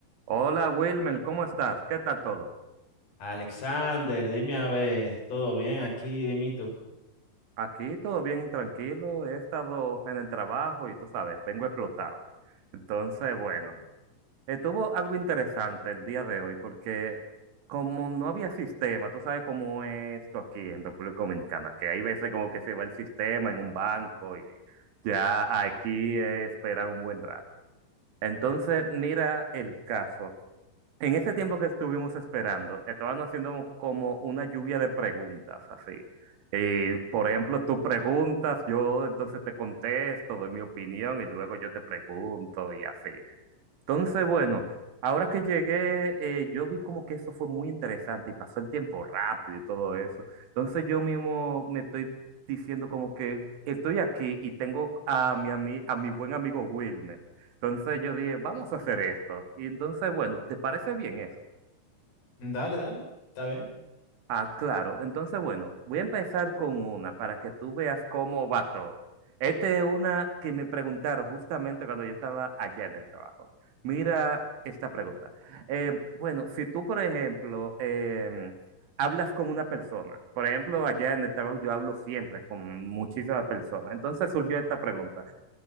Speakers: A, on the right; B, on the left.
A: Hola Wilmer, ¿cómo estás? ¿Qué tal todo?
B: Alexander, dime a ver, ¿todo bien aquí? Dime tú.
A: Aquí todo bien, tranquilo. He estado en el trabajo y tú sabes, vengo explotado. Entonces, bueno, estuvo algo interesante el día de hoy porque como no había sistema, tú sabes cómo es esto aquí en República Dominicana, que hay veces como que se va el sistema en un banco y ya aquí es esperar un buen rato. Entonces, mira el caso. En ese tiempo que estuvimos esperando, estaban haciendo como una lluvia de preguntas, así. Eh, por ejemplo, tú preguntas, yo entonces te contesto, doy mi opinión y luego yo te pregunto y así. Entonces, bueno, ahora que llegué, eh, yo vi como que eso fue muy interesante y pasó el tiempo rápido y todo eso. Entonces yo mismo me estoy diciendo como que estoy aquí y tengo a mi, ami- a mi buen amigo Wilmer. Entonces yo dije, vamos a hacer esto. Y entonces, bueno, ¿te parece bien eso?
B: Dale, dale, está bien.
A: Ah, claro. Entonces, bueno, voy a empezar con una para que tú veas cómo va todo. Esta es una que me preguntaron justamente cuando yo estaba allá en el trabajo. Mira esta pregunta. Eh, bueno, si tú, por ejemplo, em, hablas con una persona, por ejemplo, allá en el trabajo yo hablo siempre con muchísimas personas. Entonces surgió esta pregunta.